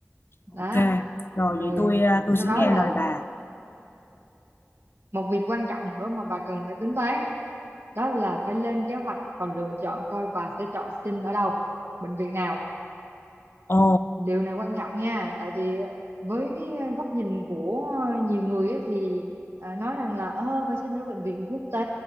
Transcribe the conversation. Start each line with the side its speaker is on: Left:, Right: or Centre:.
Right: đó
Left: Ok, rồi
Right: rồi
Left: vậy tôi à, tôi
Right: sau
Left: sẽ
Right: đó
Left: nghe
Right: là
Left: lời bà.
Right: một việc quan trọng nữa mà bà cần phải tính toán đó là phải lên kế hoạch và lựa chọn coi bà sẽ chọn sinh ở đâu bệnh viện nào
Left: Ồ,
Right: điều này quan trọng nha tại vì ờ, với ờ, góc nhìn của ờ, nhiều người á, thì à, nói rằng là ơ phải xin ở bệnh viện quốc tế